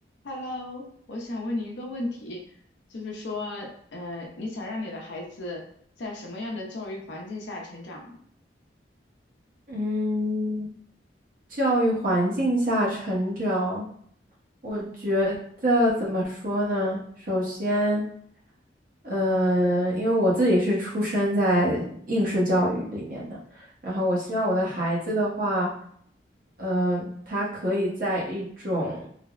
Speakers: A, on the left (about 75°); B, on the right (about 45°).
A: Hello，我想问你一个问题，就是说，呃，你想让你的孩子在什么样的教育环境下成长呢
B: 嗯，教育环境下成长，我觉得怎么说呢？首先，呃，因为我自己是出生在应试教育里面的，然后我希望我的孩子的话，嗯，他可以在一种，